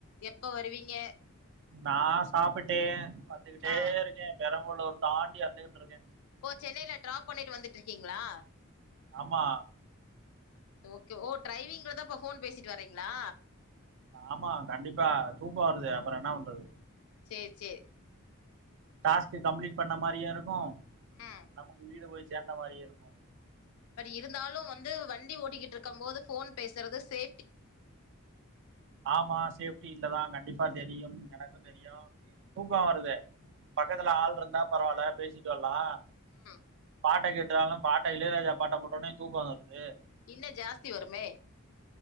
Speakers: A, on the left; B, on the right.
A: எப்ப வருவீங்க?
B: நா சாப்பிட்டே வந்துகிட்டே
A: ஆ
B: இருக்கே பெரம்பலூர் தாண்டி வந்துகிட்டுருக்கே
A: ஓ சென்னைல டிராப் பண்ணிட்டு வந்துட்டுருக்கீங்களா
B: ஆமா
A: ட்ஸ் ஓகே ஓ டிரரைவிங்லதா இப்ப ஃபோன் பேசிட்டு வரீங்களா
B: ஆமா கண்டிப்பா தூக்கோ வருதே அப்பறோ என்ன பண்றது
A: சேர் சேரி
B: டாஸ்க்கு கம்ப்ளீட் பண்ண மாரியு இருக்கு
A: ம்
B: நமக்கு வீடு போய் சேந்த மாரியு இருக்கு
A: இருந்தாலும் வந்து வண்டி ஓட்டிகிட்டு இருக்கும் போது ஃபோன் பேசுறது சே
B: ஆமா சேப்டி இல்லதாங்க ண்டிப்பா தெரியும் எனக்கும் தெரியும் தூக்கோ வருதே பக்கத்துல ஆள் இருந்தா பரவால பேசிட்டு வரலாம்
A: ம்
B: பாட்ட கேட்டாலும் பாட்ட இளையராஜா பாட்ட போட்டோனே தூக்கம் வந்துருது
A: இன்னு ஜாஸ்தி வருமே